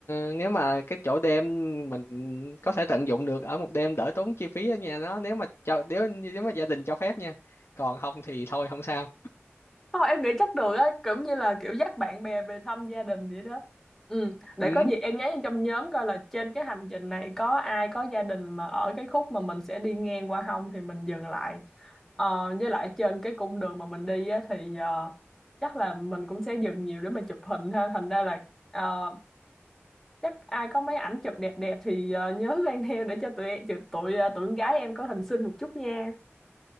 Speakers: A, on the left; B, in the centre.
A: ờ, nếu mà cái chỗ đêm mình có thể tận dụng được ở một đêm đỡ tốn chi phí ở nhà nó nếu mà cho nếu nếu mà gia đình cho phép nha. Còn không thì thôi không sao.
B: Thôi em nghĩ chắc được á, cũng như là kiểu dắt bạn bè về thăm gia đình vậy đó. Ừ, để
A: Ừ.
B: có gì em nhắn vô trong nhóm coi là trên cái hành trình này có ai có gia đình mà ở cái khúc mà mình sẽ đi ngang qua không thì mình dừng lại. Ờ, với lại trên cái cung đường mà mình đi á, thì ờ, chắc là mình cũng sẽ dừng nhiều để mà chụp hình ha. Thành ra là ờ, chắc ai có mấy ảnh chụp đẹp đẹp thì ờ, nhớ mang theo để cho tụi tụi tụi, ờ, tụi con gái em có hình xinh một chút nha.